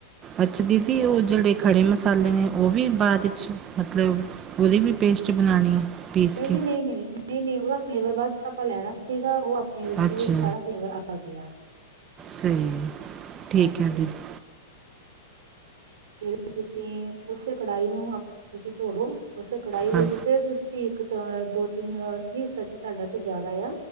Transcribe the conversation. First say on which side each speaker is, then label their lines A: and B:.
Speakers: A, on the right; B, on the right.
A: ਅੱਛਾ ਦੀਦੀ, ਉਹ ਜਿਹੜੇ ਖੜ੍ਹੇ ਮਸਾਲੇ ਨੇ, ਉਹ ਵੀ ਬਾਅਦ ਵਿੱਚ, ਮਤਲਬ ਉਹਦੀ ਵੀ ਪੇਸਟ ਬਣਾਉਣੀ ਹੈ ਪੀਸ
B: ਨਹੀਂ
A: ਕੇ
B: ਜੀ ਨਹੀਂ ਨਹੀਂ ਨਹੀਂ ਨਹੀਂ ਉਹਦਾ ਫਲੇਵਰ ਬਸ ਆਪਾਂ ਲੈਣਾ ਸੀਗਾ ਉਹ ਉਹਦੇ
A: ਅੱਛਾ
B: ਵਿੱਚ ਸਾਰਾ ਫਲੇਵਰ ਆ ਗਿਆ
A: ਸਹੀ, ਠੀਕ
B: ਹਾਂਜੀ
A: ਹੈ ਦੀਦੀ
B: ਫੇਰ ਤੁਸੀਂ, ਉਸੇ ਕੜਾਹੀ ਨੂੰ ਤੁਸੀਂ ਧੋਲੋ, ਉਸੇ ਕੜਾਹੀ ਵਿੱਚ
A: ਹਾਂ
B: ਫੇਰ ਤੁਸੀਂ ਇੱਕ 'ਚ ਦੋ, ਤਿੰਨਹ ਹਿੱਸਾ 'ਚ ਤੁਹਾਡਾ ਤੇ ਜਿਆਦਾ ਆ